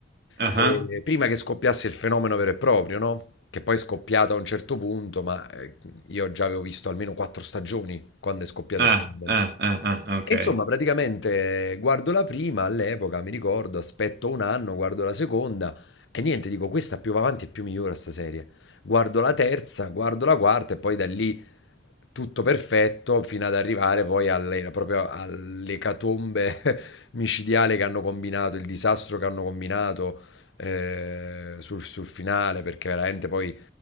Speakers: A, on the right; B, on the left.
A: Ah,
B: Eh, prima che scoppiasse il fenomeno vero e proprio, no? Che poi è scoppiato a un certo punto, ma eh, io già avevo visto almeno quattro stagioni quando è scoppiato
A: ah,
B: il fenomeno.
A: ah, ah, ah, ah, ok.
B: E Insomma, praticamente guardo la prima all'epoca, mi ricordo, aspetto un anno, guardo la seconda e niente, dico questa più va avanti e più migliora sta serie. Guardo la terza, guardo la quarta e poi da lì tutto perfetto fino ad arrivare poi alle, proprio all'ecatombe <laughs> micidiale che hanno combinato, il disastro che hanno combinato eh, sul, sul finale, perché veramente poi...